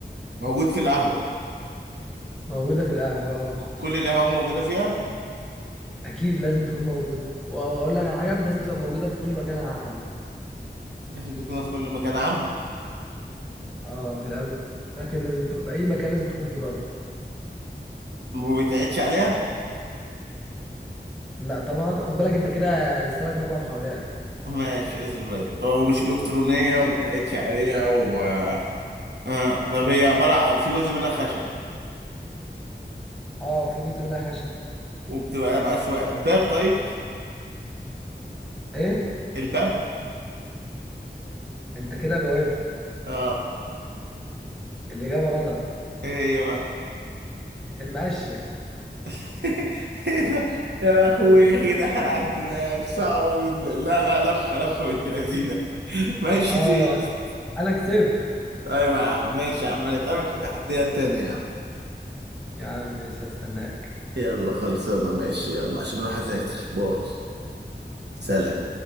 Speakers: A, on the right (about 70°); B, in the centre.
A: موجود في القهوة
B: موجودة في القهوة اه
A: كل القهوة موجودة فيها
B: اكيد لازم تكون موجودة واقول لك على حاجة لازم تبقى موجودة في كل مكان عام
A: لازم تكون في كل مكان عام
B: اه في الاماكن لازم تكون في اي مكان لازم تكون فيه برضه
A: ما بيتقعدش عليها
B: لا طبعا خد بالك انت كده لسه لك اربع محاولات
A: ماشي اصبر بس. هو مش إلكترونية وما بيتقعدش عليها و... آه. طب هي عبارة عن- في جزء منها خشب
B: اه في جزء منها خشب
A: وبتبقى مقاس واحد باب طيب
B: ايه
A: الباب
B: انت كده جاوبت
A: اه
B: الاجابة غلط
A: ايه هي بقى
B: المقشة
A: <laughs> ايه ده يا اخوي ايه ده على الدماغ صعبة جدا لا لا لفة لفة بنت لذينة <laughs> ماشي
B: اه
A: تيز
B: انا كسبت
A: ايوه يا عم ماشي يا عم نتقابل في التحديات تاني يا عم
B: يا عم مش هستناك
A: يلا خلصانة ماشي يلا عشان اروح اذاكر باي سلام